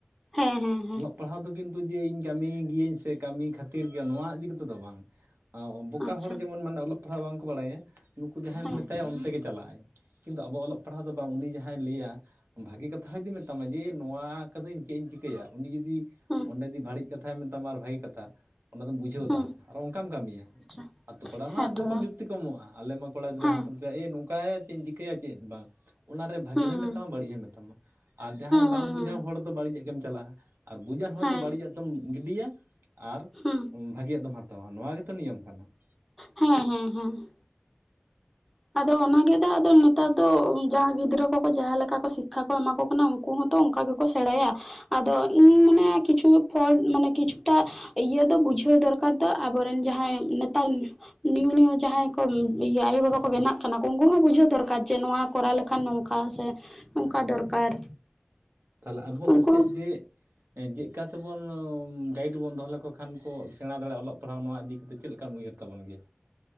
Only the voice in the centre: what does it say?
ᱦᱮᱸ ᱦᱮᱸ ᱦᱮᱸ ᱾
ᱟᱪᱪᱷᱟ
ᱦᱮᱸ
ᱦᱮᱸ
ᱦᱮᱸ
ᱟᱪᱪᱷᱟ
ᱦᱮᱸ
ᱛᱚ
ᱵᱟᱝ
ᱦᱮᱸ
ᱦᱩᱸ
ᱦᱩᱸ
ᱦᱩᱸ
ᱦᱩᱸ
ᱦᱮᱸ
ᱦᱩᱸ
ᱦᱮᱸ ᱦᱮᱸ ᱦᱮᱸ ᱾ ᱟᱫᱚ ᱚᱱᱟᱜᱮ ᱫᱚ ᱟᱫᱚ ᱱᱮᱛᱟᱨ ᱫᱚ ᱳᱸ ᱡᱟᱦᱟᱸ ᱜᱤᱫᱽᱨᱟᱹ ᱠᱚᱠᱚ ᱡᱟᱦᱟᱸ ᱞᱮᱠᱟ ᱠᱚ ᱥᱤᱠᱠᱷᱟ ᱠᱚ ᱮᱢᱟ ᱠᱚ ᱠᱟᱱᱟ ᱚᱝ- ᱠᱩ ᱦᱚᱸᱛᱚ ᱚᱸᱠᱟ ᱜᱮᱠᱚ ᱥᱮᱬᱟᱭᱟ ᱟᱫᱚ ᱤᱧ ᱢᱟᱱᱮᱜᱼᱟ ᱠᱤᱪᱷᱩ ᱯᱷᱳᱞᱰ ᱢᱟᱱᱮ ᱠᱤᱪᱷᱩ ᱴᱟᱜ ᱤᱭᱟᱹ ᱫᱚ ᱵᱩᱡᱷᱟᱹᱣ ᱫᱚᱨᱠᱟᱨ ᱫᱚ ᱟᱵᱚᱨᱮᱱ ᱡᱟᱦᱟᱸᱭ ᱱᱮᱛᱟᱨ ᱱᱤᱭᱩ ᱱᱤᱭᱩ ᱡᱟᱦᱟᱸᱭ ᱠᱚᱢ ᱤᱭᱟᱹ ᱟᱭᱳ ᱵᱟᱵᱟ ᱠᱚ ᱵᱮᱱᱟᱜ ᱠᱟᱱᱟ ᱠᱚ ᱩᱸᱠᱩ ᱦᱚᱸ ᱵᱩᱡᱷᱟᱹᱣ ᱫᱚᱨᱠᱟᱨ ᱡᱮ ᱱᱚᱣᱟ ᱠᱚᱨᱟᱣ ᱞᱮᱠᱷᱟᱱ ᱱᱚᱝᱠᱟ ᱥᱮ, ᱚᱸᱠᱟ ᱫᱚᱨᱠᱟᱨ?
ᱩᱱᱠᱩ
ᱦᱚᱸ